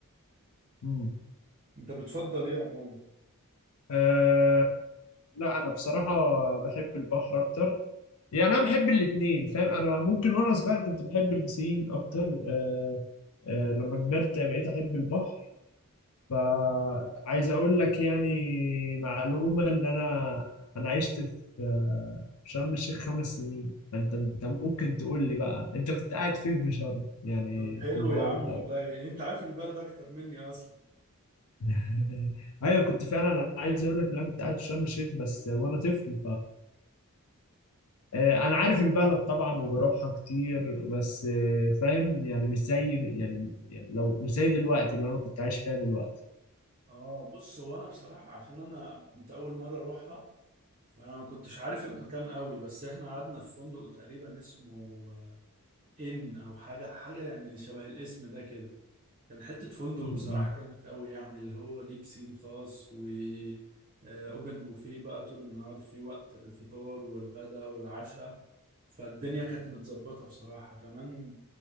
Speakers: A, on the left; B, on the right.
A: مم.
B: انت بتفضل ايه عموما
A: أه لا انا بصراحه بحب البحر اكتر يعني انا بحب الاثنين فاهم انا ممكن وانا صغير كنت بحب البسين اكتر أه أه لما كبرت بقيت احب البحر فعايز اقول لك يعني معلومه ان انا انا عشت في آه، في شرم الشيخ خمس سنين فانت انت ممكن تقول لي بقى انت كنت قاعد فين في شرم يعني
B: طب
A: الكومباوند
B: حلو يا عم والله
A: او
B: انت عارف البلد اكتر مني اصلا
A: <laughs> ايوه كنت فعلا انا عايز اقول لك ان انا كنت قاعد في شرم الشيخ بس وانا طفل آه، انا عارف البلد طبعا وبروحها كتير بس آه، فاهم يعني مش زي يعني يعني لو مش زي دلوقتي اللي انا كنت عايش فيها دلوقتي
B: اه بص هو انا بصراحة عشان انا كنت اول مرة اروحها فانا ما كنتش عارف المكان قوي بس احنا قعدنا في فندق تقريبا اسمه آه، ان او حاجة حاجة يعني شبه الاسم ده كده كان حتة فندق
A: م-
B: بصراحة
A: م.
B: جامد قوي يعني اللي هو ليه بسين خاص و آه، اوبن بوفيه بقى طول النهار في وقت للفطار والغداء والعشاء فالدنيا كانت متظبطة بصراحة كمان